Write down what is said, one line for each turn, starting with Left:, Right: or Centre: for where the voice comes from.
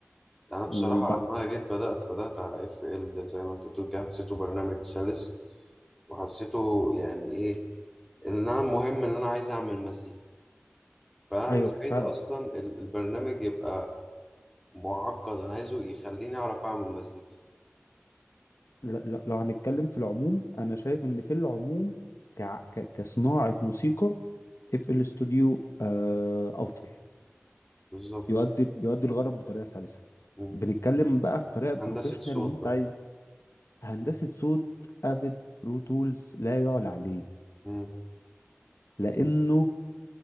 Centre: انا بصراحة
Left: وبقى
Centre: لما انا جيت بدأت بدأت على اف ال زي ما انت بتقول كده حسيته برنامج سلس وحسيته يعني ايه ان انا مهم ان انا عايز اعمل مزيكا فانا
Left: ايوه
Centre: مش عايز
Left: فعلا
Centre: اصلا ال- البرنامج يبقى معقد انا عايزه يخليني اعرف اعمل مزيكا
Left: لا لا لو هنتكلم في العموم انا شايف ان في العموم ك... ك... كصناعه موسيقى اف ال استوديو آه، افضل
Centre: بالظبط
Left: يؤدي يؤدي الغرض بطريقه سلسه
Centre: مم.
Left: بنتكلم بقى في طريقه بروفيشنال
Centre: هندسة صوت
Left: وانت عايز هندسه صوت افيد برو تولز لا يعلى عليه
Centre: بقى
Left: لانه